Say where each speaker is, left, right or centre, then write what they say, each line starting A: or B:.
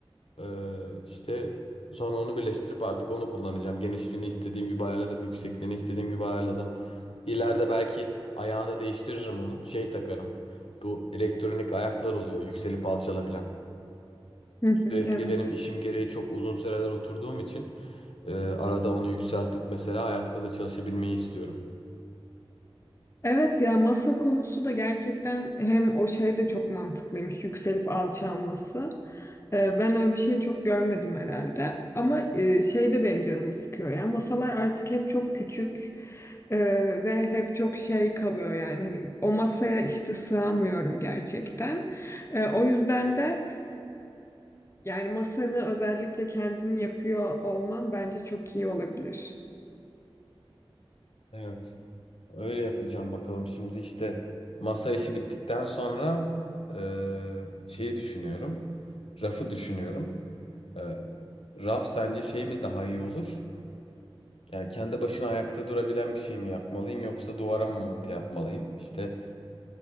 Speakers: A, on the left; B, on the left.
A: Ee, işte sonra onu birleştirip artık onu kullanacağım. Genişliğini istediğim gibi ayarladım. Yüksekliğini istediğim gibi ayarladım. İleride belki ayağını değiştiririm onun. Şey takarım. Bu elektronik ayaklar oluyor. Yükselip alçalabilen.
B: Hı hı.
A: Sürekli
B: Evet.
A: benim işim gereği çok uzun süreler oturduğum için e, arada onu yükseltip mesela ayakta da çalışabilmeyi istiyorum.
B: Evet ya masa konusu da gerçekten hem o şey de çok mantıklıymış yükselip alçalması. Ee, ben öyle bir şey çok görmedim herhalde. Ama e, şey de benim canımı sıkıyor ya. Masalar artık hep çok küçük e, ve hep çok şey kalıyor yani. Hani o masaya işte sığamıyorum gerçekten. E, o yüzden de Yani masanı özellikle kendin yapıyor olman bence çok iyi olabilir.
A: Evet. Öyle yapacağım bakalım. Şimdi işte masa işi bittikten sonra e, şeyi düşünüyorum. Rafı düşünüyorum. Ee, raf sence şey mi daha iyi olur? Yani kendi başına ayakta durabilen bir şey mi yapmalıyım yoksa duvara mı monte yapmalıyım? İşte